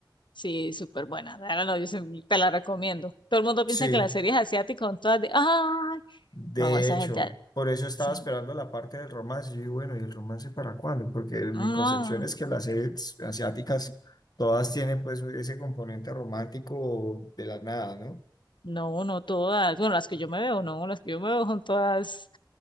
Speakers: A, on the left; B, on the left.
A: Sí, súper buena. Ahora no, yo se- te la recomiendo. Todo el mundo piensa
B: Sí,
A: que las series asiáticas son todas de, ay,
B: De
A: no, esa
B: hecho,
A: gente,
B: por eso estaba
A: esa
B: esperando
A: gente-
B: la parte del romance. Yo digo, bueno, ¿y el romance para cuándo? Porque mi
A: no,
B: concepción es que las series asiáticas todas tienen pues ese componente romántico de la nada, ¿no?
A: no, no todas. Bueno, las que yo me veo, no, las que yo me veo son todas,